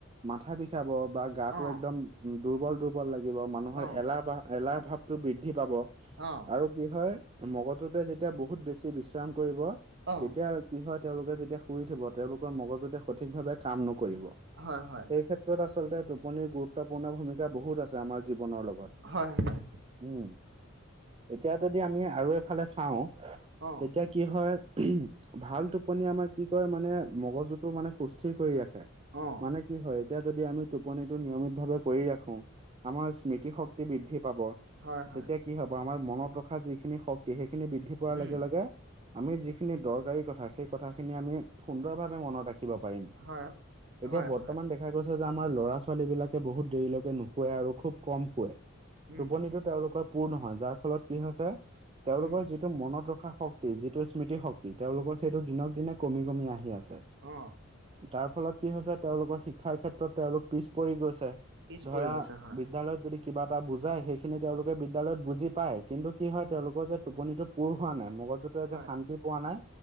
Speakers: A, on the right (about 30°); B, on the right (about 60°).
A: মাথা বিষাব বা গাটো
B: অ',
A: একদম দুৰ্বল-দুৰ্বল লাগিব মানুহৰ
B: অ',
A: এলাহ ভাহ এলাহ ভাৱ টো বৃদ্ধি পাব।
B: অ'।
A: আৰু কি হয়, মগজুতো যেতিয়া বহুত বেছি বিশ্ৰাম কৰিব
B: অ',
A: তেতিয়া কি হয়, তেওঁলোকে যেতিয়া শুই উঠিব তেওঁলোকৰ মগজুতোৱে সঠিক ভাৱে কাম নকৰিব।
B: হয়, হয়।
A: সেই ক্ষেত্ৰত আচলতে, টোপনিৰ গুৰুত্বপূৰ্ণ ভূমিকা বহুত আছে আমাৰ জীৱনৰ লগত।
B: হয়, হয়।
A: উম, এতিয়া যদি আমি আৰু এফালে চাওঁ
B: অ',
A: এতিয়া কি হয়, ভাল টোপনি আমাৰ কি কয় মানে মগজুটো মানে সুস্থিৰ কৰি ৰাখে।
B: অ',
A: মানে কি হয়, এতিয়া যদি আমি টোপনিটো নিয়মিত ভাৱে কৰি ৰাখো। আমাৰ স্মৃতিশক্তি বৃদ্ধি পাব
B: হয়, হয়,
A: তেতিয়া। কি হ'ব, আমাৰ মনত ৰখা যিখিনি শক্তি, সেইখিনি বৃদ্ধি পোৱাৰ
B: উম,
A: লগে লগে আমি যিখিনি দৰকাৰী কথা, সেই কথাখিনি আমি- সুন্দৰ ভাৱে মনত ৰাখিব পাৰিম।
B: হয়,
A: এতিয়া
B: হয়,
A: বৰ্তমান
B: হয়,
A: দেখা - দেখা গৈছে যে আমাৰ ল'ৰা-ছোৱালী বিলাকে বহুত দেৰিলৈকে নুশুৱে আৰু খুব কম শুৱে।
B: উম,
A: টোপনিটো তেওঁলোকৰ পূৰ নহয়, যাৰ ফলত কি হৈছে তেওঁলোকৰ
B: উম,
A: যিটো- টো মনত ৰখা শক্তি, যিটো স্মৃতি শক্তি। তেওঁলোকৰ সেইটো দিনক দিনে কমি কমি আহি আছে।
B: অ',
A: তাৰ ফলত কি হৈছে, তেওঁলোকৰ শিক্ষাৰ ক্ষেত্ৰত তেওঁলোক পিছ পৰি গৈছে।
B: পিছ
A: ধৰা,
B: পৰি গৈছে হয়,
A: বিদ্যালয়ত যদি, কিবা এটা বুজায়, সেইখিনি তেওঁলোকে বিদ্যালয়ত বুজি পায়। কিন্তু কি হয়, তেওঁলোকৰ যে টোপনিটো- পূৰ হোৱা নাই, মগজুতে
B: হয়,
A: যে শান্তি পোৱা নাই।